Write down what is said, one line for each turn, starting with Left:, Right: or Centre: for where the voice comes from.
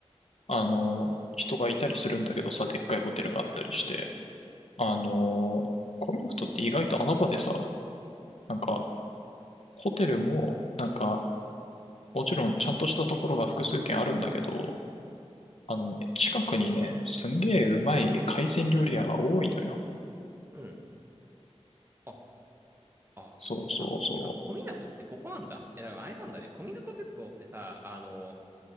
Left: あの、人がいたりするんだけどさ、でっかいホテルがあったりして。あのーコミットって意外と穴場でさ、なんか、ホテルも、なんか、もちろんちゃんとしたところが複数軒あるんだけど、あのね、近くにね、すんげえうまい海鮮料理屋が多いのよ。
Right: うん。あ、あ、
Left: そうそうそ
Right: ここ、あ、てか、小湊ってここなんだ。え、だからあれなんだね。小湊鉄道ってさ、あの、